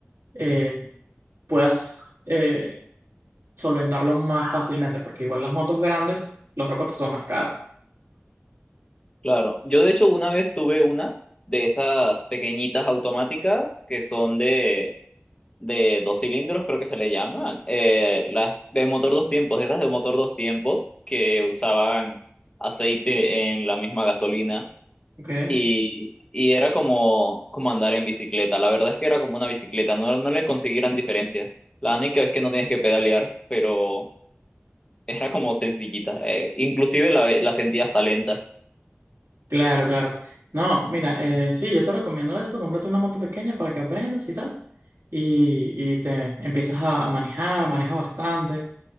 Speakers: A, on the right; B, on the left.
A: eh, puedas... eh, solventarlo más fácilmente, porque igual las motos grandes, los repuestos son más caros.
B: Claro, yo de hecho una vez tuve una de esas pequeñitas automáticas que son de de dos cilindros, creo que se le llaman, eh, las de motor dos tiempos, esas de motor dos tiempos que usaban aceite en la misma gasolina
A: Ok,
B: y, y era como, como andar en bicicleta, la verdad es que era como una bicicleta, no, no le conseguí gran diferencia, la única es que no tienes que pedalear, pero era como sencillita, eh, inclusive la, la sentía hasta lenta.
A: claro, claro. No, mira, eh, sí, yo te recomiendo eso, cómprate una moto pequeña para que aprendas y tal, y, y te empiezas a a manejar, maneja bastante,